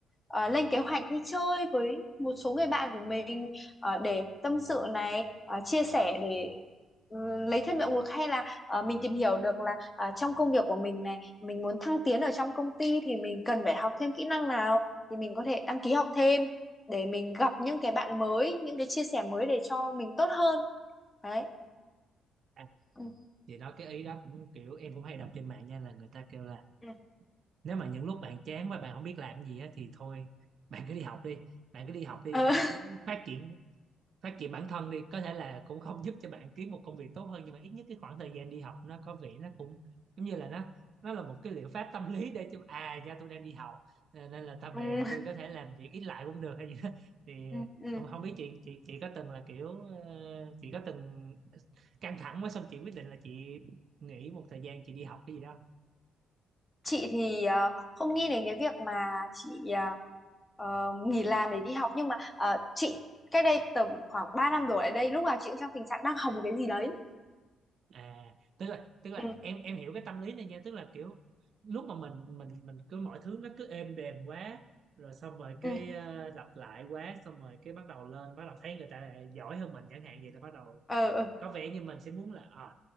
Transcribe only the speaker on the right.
à,
chị nói cái ý đó cũng kiểu em cũng hay đọc trên mạng nha là người ta kêu là
nếu mà những lúc bạn chán và bạn không biết làm gì á thì thôi bạn cứ đi học đi bạn cứ đi học đi
bạn
cứ phát triển phát triển bản thân đi có thể là cũng không giúp cho bạn kiếm một công việc tốt hơn nhưng mà ít nhất cái khoảng thời gian đi học nó có vẻ nó cũng giống như là nó nó là một cái liệu pháp tâm lý để cho à nha tôi đang đi học à, nên là tầm
này à, tôi có thể làm việc ít lại cũng được hay gì đó <laughs> thì
không không biết chị chị chị có từng là kiểu ờ, chị có từng căng thẳng quá xong chị quyết định là chị nghỉ một thời gian chị đi học cái gì đó
à tức là tức là
em em hiểu cái tâm lý này nha tức là kiểu lúc mà mình mình mình cứ mọi thứ nó cứ êm đềm quá rồi xong rồi cái
ờ, lặp lại quá xong rồi cái bắt đầu lên bắt đầu thấy người ta giỏi hơn mình chẳng hạn vậy là bắt đầu
có vẻ như mình sẽ muốn là à,